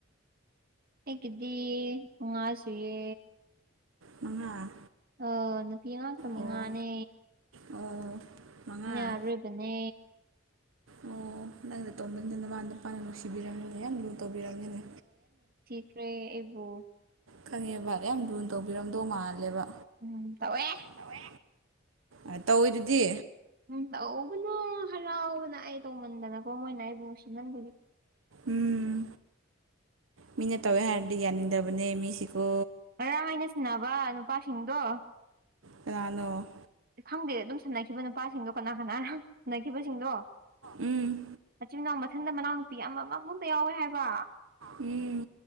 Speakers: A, on the right; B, on the right.
A: ꯑꯩꯒꯤꯗꯤ ꯃꯉꯥꯁꯨꯏꯌꯦ
B: ꯃꯉꯥ
A: ꯑꯥ ꯅꯨꯄꯤ ꯉꯥꯛꯇ ꯃꯉꯥꯅꯦ
B: ꯑꯣ ꯑꯣ ꯃꯉꯥ
A: ꯑꯩꯅ ꯑꯔꯣꯏꯕꯅꯦ
B: ꯑꯣ ꯅꯪꯅ ꯇꯣꯟꯕꯅꯤꯅ ꯅꯃꯥ ꯅꯨꯄꯥꯅ ꯅꯨꯡꯁꯤꯕꯤꯔꯅꯤꯅꯦ ꯌꯥꯝ ꯂꯨ ꯇꯧꯕꯤꯔꯝꯅꯤꯅꯦ
A: ꯈ꯭ꯔꯦ ꯑꯩꯕꯨ
B: ꯈꯪꯉꯦꯕ ꯌꯥꯝ ꯂꯨ ꯇꯧꯕꯤꯔꯝꯗꯧ ꯃꯥꯜꯂꯦꯕ
A: ꯎꯝ ꯇꯧꯋꯦ
B: ꯇꯧꯋꯦ ꯑ ꯇꯧꯋꯤꯗꯨꯗꯤ
A: ꯎꯝ ꯇꯧꯕꯅ ꯍꯔꯥꯎꯕꯅ ꯑꯩ ꯇꯧꯃꯟꯗꯅꯀꯣ ꯃꯣꯏꯅ ꯑꯩꯕꯨ ꯅꯨꯡꯁꯤꯃꯟꯕꯒꯤ
B: ꯎꯝ ꯃꯤꯅ ꯇꯧꯋꯦ ꯍꯥꯏꯔꯗꯤ ꯌꯥꯅꯤꯡꯗꯕꯅꯦ ꯃꯤꯁꯤꯀꯣ
A: ꯉꯔꯥꯡ ꯑꯩꯅ ꯁꯥꯟꯅꯕ ꯅꯨꯄꯥꯁꯤꯡꯗꯣ
B: ꯀꯥꯅꯅꯣ
A: ꯈꯪꯗꯦ ꯑꯗꯨꯝ ꯁꯥꯟꯅꯈꯤꯕ ꯅꯨꯄꯥꯁꯤꯡꯗꯣ ꯀꯅꯥ ꯀꯅꯥ ꯅꯣ ꯁꯥꯟꯅꯈꯤꯕꯁꯤꯡꯗꯣ
B: ꯎꯝ
A: ꯃꯆꯤꯟ ꯃꯅꯥꯎ ꯃꯊꯟꯗ ꯃꯅꯥꯎꯅꯨꯄꯤ ꯑꯃ ꯑꯃꯃꯨꯛꯇ ꯌꯥꯎꯋꯦ ꯍꯥꯏꯕ
B: ꯢ